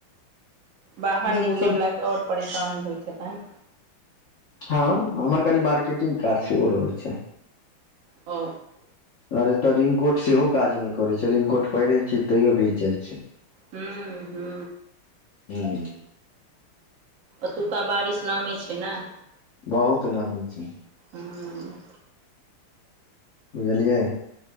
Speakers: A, on the right (about 60°); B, on the left (about 55°).
A: बाहर निकलैवला
B: मौसम
A: के और परेशानी होइत हेतैन
B: हँ हमर कनि मार्केटिंग काज सेहो रहै छै
A: ओ
B: और एतय रिनकोट सेहो काज नहि करे छै रिनकोट पहिरे छै तैयो भीज जाय छै
A: हू हू
B: हू
A: ओतुका बारिश नामी छै नए
B: बहुत नामी छै
A: हूँ
B: बुझलियै